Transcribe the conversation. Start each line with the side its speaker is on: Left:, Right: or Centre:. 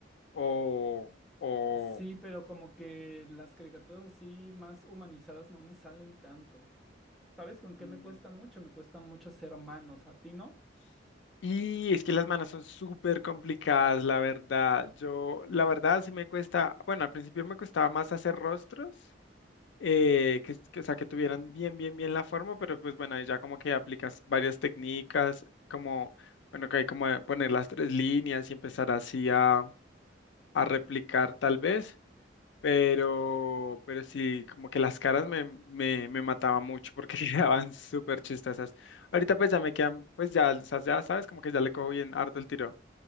Left: O, o.
Centre: Sí, pero como que las caricaturas así más humanizadas no me salen tanto. ¿Sabes con qué
Left: mm,
Centre: me cuesta mucho? Me cuesta mucho ser hermanos, ¿a ti no?
Left: Y es que las manos son súper complicadas, la verdad. Yo, la verdad, sí me cuesta, bueno, al principio me costaba más hacer rostros. eh, que, que- o sea, que tuvieran bien, bien, bien la forma, pero pues bueno, ahí ya como que aplicas varias técnicas, como, bueno, que hay como de poner las tres líneas y empezar así a, a replicar tal vez, pero, pero sí, como que las caras me, me, me mataban mucho porque <laughs> quedaban súper chistosas. Ahorita pues ya me quedan, pues ya, o sea, ya sabes, como que ya le cojo bien harto el tiro.